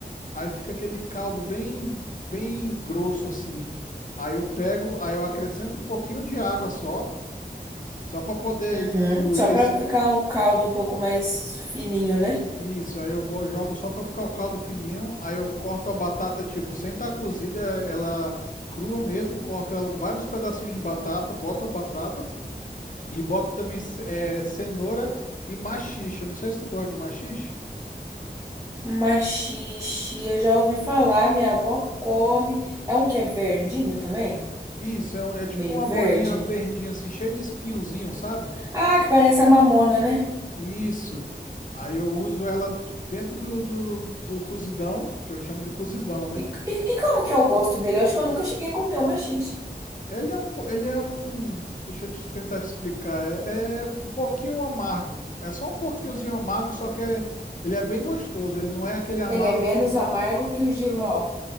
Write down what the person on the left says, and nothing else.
Aí fica aquele caldo bem, bem grosso assim. Aí eu pego, aí eu acrescento um pouquinho de água só, só para poder
diluir
esse.
Isso, aí eu bo- jogo só para ficar o caldo fininho. Aí eu corto a batata, tipo, sem estar cozida, ela crua mesmo. Corto ela vários pedacinhos de batata, boto a batata e boto também ce- eh, cenoura e maxixe. Eu não sei se tu gosta de maxixe.
Isso, é, um- é tipo
uma
bolinha verdinha, assim, cheia de espinhozinho, sabe?
Isso. Aí eu uso ela tipo, dentro do, do, do cozidão, que eu chamo de cozidão, né?
Ele é um, po- ele é um, deixa eu te tentar te explicar, é, é um pouquinho amargo. É só um pouquinhozinho amargo, só que é, ele é bem gostoso. Ele não é aquele amargo
que,